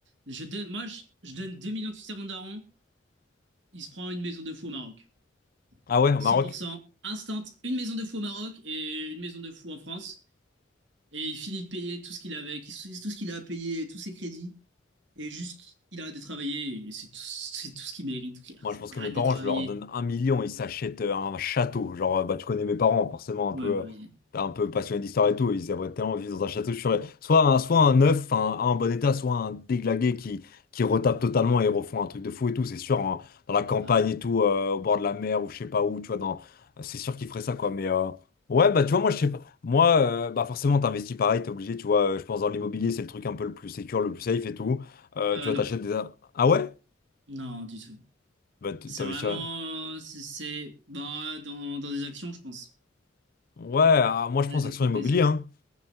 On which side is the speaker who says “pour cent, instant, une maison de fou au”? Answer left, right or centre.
Right